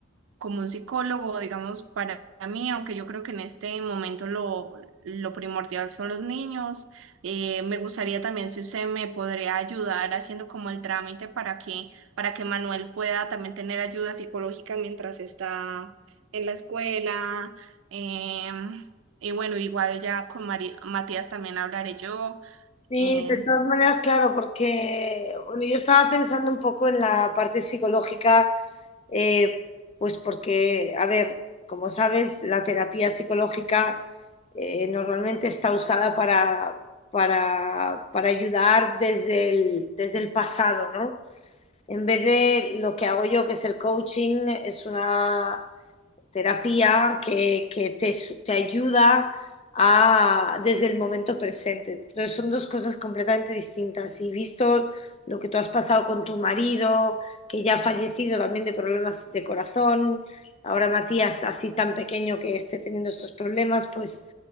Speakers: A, on the right; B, on the left.
A: como un psicólogo, digamos, para mí, aunque yo creo que en este momento lo, lo primordial son los niños. Eh, me gustaría también si usted me podría ayudar haciendo como el trámite para que, para que Manuel pueda también tener ayuda psicológica mientras está en la escuela. em, y bueno, igual ya con Mari- Matías también hablaré yo.
B: Sí,
A: em,
B: de todas maneras, claro, porque bueno, yo estaba pensando un poco en la parte psicológica, eh, pues porque, a ver, como sabes, la terapia psicológica eh, normalmente está usada para, para, para ayudar desde el, desde el pasado, ¿no? En vez de lo que hago yo, que es el coaching, es una terapia que, que te, te ayuda a, desde el momento presente. Entonces son dos cosas completamente distintas. Y visto lo que tú has pasado con tu marido, que ya ha fallecido también de problemas de corazón, ahora Matías así tan pequeño que esté teniendo estos problemas, pues